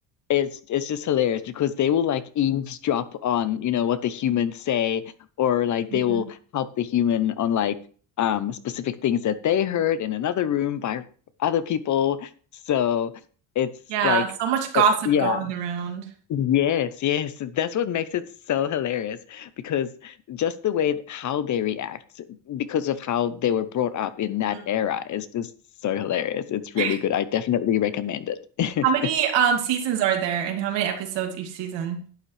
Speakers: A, on the left; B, on the right.
A: It's it's just hilarious because they will like eavesdrop on, you know, what the humans say, or like
B: Mhm.
A: they will help the human on like um specific things that they heard in another room by other people. So it's
B: Yeah,
A: like,
B: so much gossip
A: yeah,
B: going around.
A: yes, yes. That's what makes it so hilarious because just the way how they react because of how they were brought up in that
B: Mm.
A: era is just so hilarious. It's really
B: <laughs>
A: good. I definitely recommend it.
B: How many
A: <laughs>
B: um seasons are there and how many episodes each season?